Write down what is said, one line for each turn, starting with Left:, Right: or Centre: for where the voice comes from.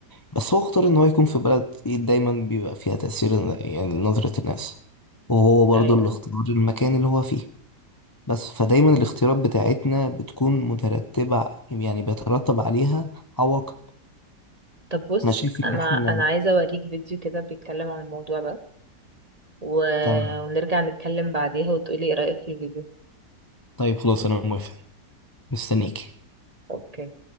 Left: بس هو اختار إن هو يكون في بلد إيه دايما بيبقى فيها تأثير يعني نظرة الناس وهو برضو
Right: ايوه
Left: اللي اختار المكان اللي هو فيه بس فدايما الاختيارات بتاعتنا بتكون مترتبة يعني بيترتب عليها عواقب
Right: طب بص
Left: أنا شايف
Right: انا
Left: إن إحنا
Right: انا عايزه اوريك فيديو كده بيتكلم عن الموضوع ده و...
Left: تمام
Right: ونرجع نتكلم بعديها وتقولي ايه رايك في الفيديو
Left: طيب خلاص أنا موافق مستنيك
Right: اوكي